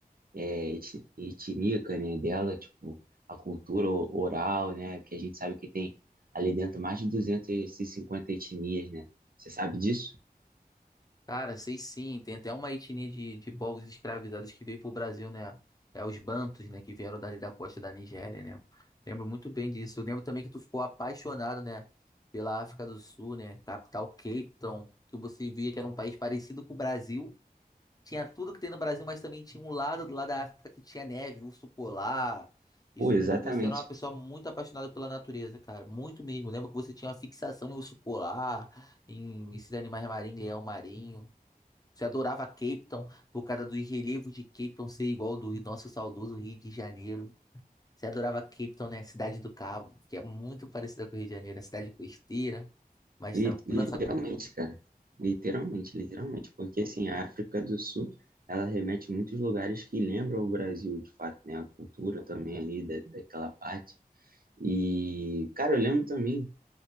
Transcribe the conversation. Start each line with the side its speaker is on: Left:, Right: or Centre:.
Right: é, eti- etnica, né, dela, tipo, a cultura o- oral, né, que a gente sabe que tem ali dentro mais de duzentas e cinquenta etnias, né? Você sabe disso?
Left: Cara, sei sim, tem até uma etnia de, de povos escravizados que veio pro Brasil, né? É os Bantus, né? Que vieram dali da costa da Nigéria, né? Lembro muito bem disso. Eu lembro também que tu ficou apaixonado, né? Pela África do Sul, né? Capital Cape Town, que você via que era um país parecido com o Brasil. Tinha tudo que tem no Brasil, mas também tinha um lado do lado da África que tinha neve, urso polar. Isso
Right: Pô, exatamente.
Left: tudo, e você era uma pessoa muito apaixonada pela natureza, cara. Muito mesmo. Lembro que você tinha uma fixação em urso polar, em esses animais marinhos, leão marinho. Você adorava Cape Town por causa dos relevos de Cape Town ser igual ao do nosso saudoso Rio de Janeiro. Você adorava Cape Town, né? Cidade do Cabo, que é muito parecida com o Rio de Janeiro, é cidade costeira, mais
Right: Li-
Left: tranquila.
Right: Literalmente,
Left: Só que,
Right: cara. Literalmente, literalmente. Porque, assim, a África do Sul, ela remete a muitos lugares que lembram o Brasil, de fato, né? A cultura também ali da, daquela parte. E, cara, eu lembro também,